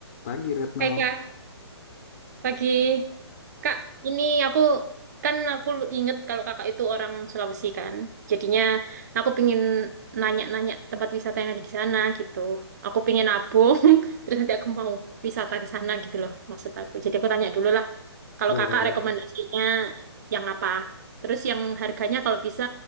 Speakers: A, on the left; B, on the right.
A: Pagi Retno.
B: Hai Kak, pagi. Kak, ini aku kan aku inget kalau kakak itu orang Sulawesi kan. Jadinya aku pingin nanya-nanya tempat wisata yang ada di sana gitu. Aku pingin nabung, <laughs> terus nanti aku mau wisata ke sana gitu loh maksud aku. Jadi aku tanya dulu lah, kalau
A: Boleh.
B: kakak rekomendasinya yang apa? Terus yang harganya kalau bisa